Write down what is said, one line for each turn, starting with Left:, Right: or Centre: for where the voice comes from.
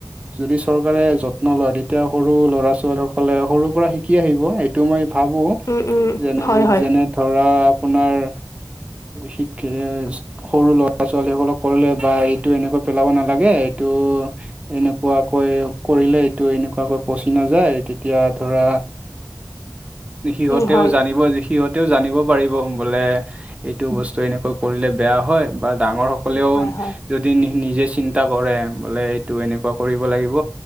Right: যদি চৰকাৰে যত্ন লয় তেতিয়া সৰু ল'ৰা ছোৱালীক কলে সৰুৰ পৰা শিকি আহিব এইটো মই ভাবোঁ
Left: উম উম
Right: যেনে
Left: হয় হয়
Right: যেনে ধৰা আপোনাৰ
Left: <inaudible>
Right: শিক সৰু ল'ৰা ছোৱালী সকলক কৰিলে বা এইটো এনেকা পেলাব নালাগে এইটো এনেকুৱাকৈ কৰিলে এইটো এনেকুৱাকৈ পচি নাযায় এতিয়া ধৰা সিহঁতেও
Left: উম হয়
Right: জানিব সিহঁতেও জানিব পাৰিব বোলে এইটো বস্তু এনেকৈ কৰিলে বেয়া হয় বা ডাঙৰ সকলেও
Left: উম হয় হয়
Right: যদি নি নিজে চিন্তা কৰে বোলে এইটো এনেকুৱা কৰিব লাগিব